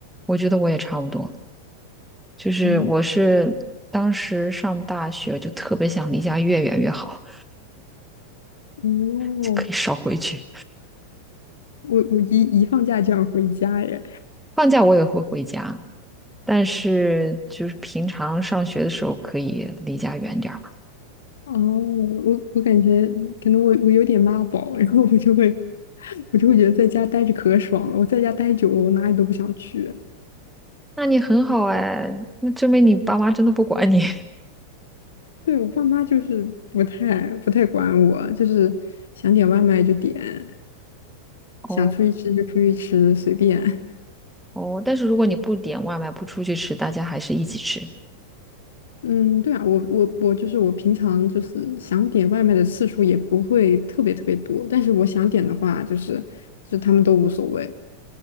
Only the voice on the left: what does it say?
哦，哦，
我我一一放假就想回家耶。
哦，我我感觉可能我我有点妈宝，然后我就会我就会觉得在家待着可爽了。我在家待久了，我哪里都不想去。
对，我爸妈就是不太不太管我，就是想点外卖就点，
想出去吃就出去吃，
随便。
嗯，对啊，我我我就是我平常就是想点外卖的次数也不会特别特别多，但是我想点的话，就是就他们都无所谓，